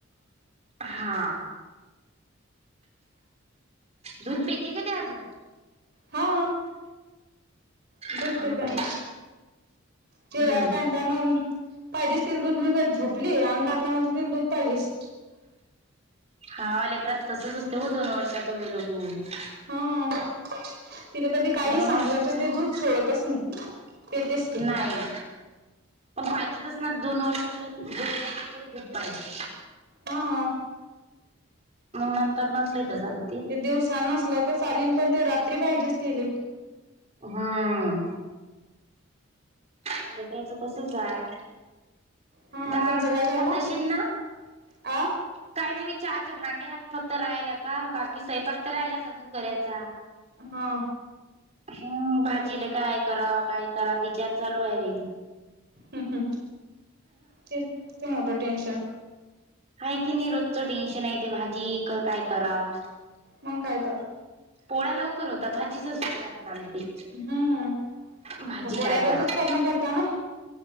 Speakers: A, on the right; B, on the right.
A: हा. दूध पिती की ती अजून?
B: हा. दुधे
A: हा
B: पिते
A: काय
B: ना. चिराय
A: हम्म
B: कां <inaudible> पाहिजेच तिला दूध म्हणून झोपलीये, अंग टाकलं म्हणजे तिला दूध पाहिजेच.
A: हा, लेकराचं तसंच असतंय हो दोन वर्षाचं होई <unintelligible>
B: हा. तिला कधी काही
A: दोन
B: सांगलं
A: वर्षात
B: तर
A: झालं
B: ते दूध सोडतच नाही पितेच ती.
A: नाही. पण पाहिजेतच ना, दोन वर्षापर्यंत-दोन वर्ष तरी दूध पाहिजे.
B: हा.
A: मग नंतर नसलं तरी चालेल.
B: ते दिवसा नसलं तर चालेल, पण ते रात्री पाहिजेच तिले.
A: हा, लेकराचं तसंच हाय.
B: हा
A: डाळ-भात
B: तुमचं काय चाललं
A: खात अशील ना?
B: आ
A: काही नाही, मी चहाचे भांडे ह्यात फक्त राहीले आता, बाकी स्वयपाक तर राहिलाच अजून करायचा.
B: हा.
A: हम्, भाजीला काय करावं, काय करावं, विचार चालू आहे बाई.
B: हम, तेच, ते मोठं टेन्शन
A: आहे की नाही रोजचं टेन्शन आहे ते भाजी काय करावं?
B: मंग काय तर?
A: पोळ्या लवकर होतात, भाजीचाच विचार चालते.
B: हम्म,
A: भाजी
B: मं पोळ्या
A: काय
B: रोजच
A: कराव
B: करणं पडतं ना?